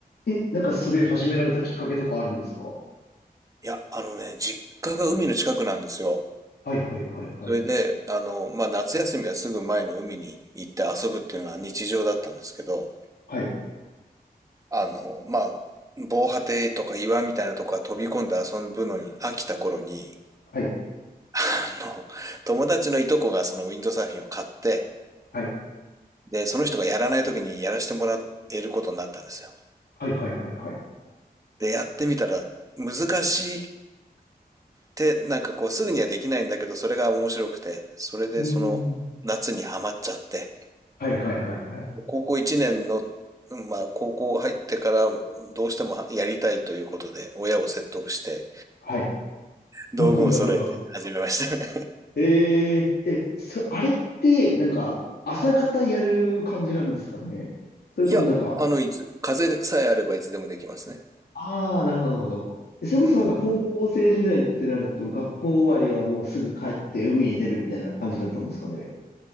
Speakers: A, on the left; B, on the right.
A: え、なんかそれ始められたきっかけとかあるんですか
B: いや、あのね、実家が海の近くなんですよ。
A: はいはいはいはい。
B: それで、あの、まあ、夏休みはすぐ前の海に行って遊ぶっていうのが日常だったんですけど、
A: はい。
B: あの、まあ、防波堤とか岩みたいなとこから飛び込んで遊ぶのに飽きた頃に、
A: はい。
B: あの、友達のいとこがそのウィンドサーフィンを買って、
A: はい。
B: で、その人がやらない時にやらせてもらえることになったんですよ。
A: はいはいはいはい。
B: で、やってみたら難しいって、なんかこうすぐにはできないんだけど、それが面白くて、それでその夏にはまっちゃって、
A: うーん。はいはいはいはい。
B: 高校1年の、まあ高校入ってからどうしてもやりたいということで、親を説得して、
A: はい。
B: 道具を揃えて始めました。
A: <laughs> なるほど。
B: <laughs> は
A: えー、え、そ、あれって、なんか、朝方やる感じなんですかねそれともなんか、
B: い、いや、あの、いつ、風さえあればいつでもできますね。
A: ああ、なるほど、なるほど。えそれこそなんか高校生時代ってなると、
B: うん。
A: 学校終わりはもうすぐ帰って海に出るみたいな感じだったんですかね。